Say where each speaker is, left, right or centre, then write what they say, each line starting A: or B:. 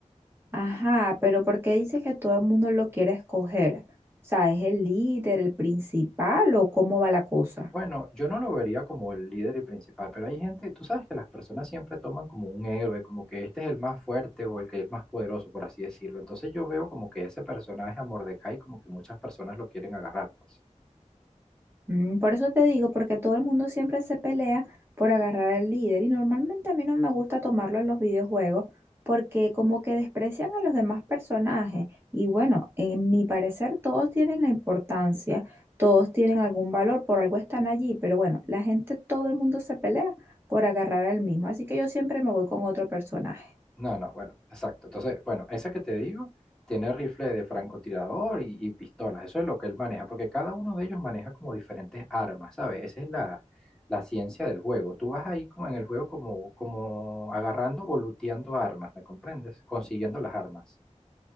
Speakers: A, on the right; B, in the centre.
A: Ajá, pero ¿por qué dices que todo el mundo lo quiere escoger? O sea, ¿es el líder, el principal o cómo va la cosa?
B: Bueno, yo no lo vería como el líder y principal, pero hay gente, tú sabes que las personas siempre toman como un héroe, como que este es el más fuerte o el que es más poderoso, por así decirlo. Entonces yo veo como que ese personaje a Mordecai, como que muchas personas lo quieren agarrar, pues.
A: Mm, por eso te digo, porque todo el mundo siempre se pelea por agarrar al líder y normalmente a mí no me gusta tomarlo en los videojuegos porque como que desprecian a los demás personajes y bueno, en mi parecer todos tienen la importancia, todos tienen algún valor, por algo están allí, pero bueno, la gente, todo el mundo se pelea por agarrar al mismo, así que yo siempre me voy con otro personaje.
B: No, no, bueno, exacto. Entonces, bueno, esa que te digo tiene rifle de francotirador y, y pistolas. Eso es lo que él maneja, porque cada uno de ellos maneja como diferentes armas, ¿sabes? Esa es la, la ciencia del juego. Tú vas ahí como en el juego como, como agarrando o looteando armas, ¿me comprendes? Consiguiendo las armas.